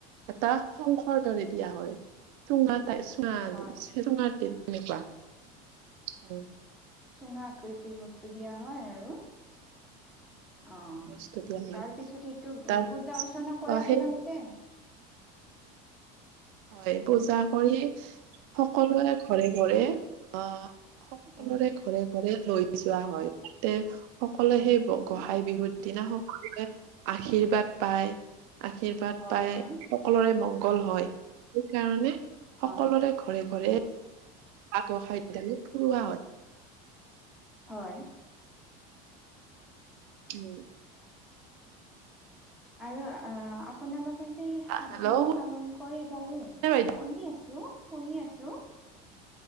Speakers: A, on the right; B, in the centre.
A: এটা শংখৰ দৰে দিয়া হয় চুঙাত। ত চুঙা
B: হয়
A: চুঙা তেনেকুৱা উ
B: চুঙা আকৃতিৰ বস্তু দিয়া হয় আৰু। অ
A: বস্তু দিয়া হয়।
B: তাৰ পিছত সেইটো
A: তাৰ
B: পূজা অৰ্চনা কৰে আপোনালোকে।
A: সেই হয় পূজা কৰি সকলোৰে ঘৰে ঘৰে আহ। সকলোৰে
B: উম
A: ঘৰে ঘৰে লৈ যোৱা হয় তে সকলোৱে
B: হয়
A: সেই
B: হয়
A: গোঁসাঁই বিহুত। দিনা সকলোৱে আশীৰ্বাদ পায় আশীৰ্বাদ
B: হয়
A: পাই
B: হয়
A: সকলোৰে মং। গল হয় সেইকাৰণে
B: হয়
A: সকলোৰে ঘৰে ঘৰে। আগৰ সান পুৰৱা হয়।
B: হয়।
A: উম।
B: আৰু অ আপোনালোক। যে এই সাত
A: হেল্ল'
B: বিহু পালন কৰে বাৰু শুনি
A: শুনিছে বাইদেউ
B: আছো শুনি আছো।